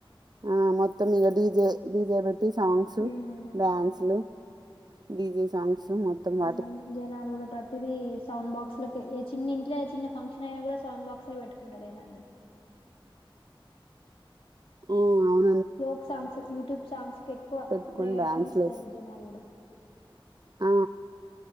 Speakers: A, on the right; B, on the left.
A: ఆ మొత్తం ఇక డీజే డీజే పెట్టి సాంగ్స్
B: హ్మ్
A: డాన్స్ లు డీజే సాంగ్స్ మా
B: అవును జనాలు కూడా ప్రతిదీ సౌండ్ బాక్స్ లక ఏ చిన్న ఇంట్లో చిన్న ఫంక్షన్ అయినా కూడా సౌండ్ బాక్స్ లో పెట్టుకుంటా లేదండి
A: ఓ అవును
B: ఫోక్ సాంగ్స్ యూట్యూబ్ సాంగ్స్ కి ఎక్కువ
A: పెట్టుకొని
B: ప్రయాటనిస్తారు
A: డ్యాన్స్లు వేసి
B: జనాలు కూడా
A: ఆ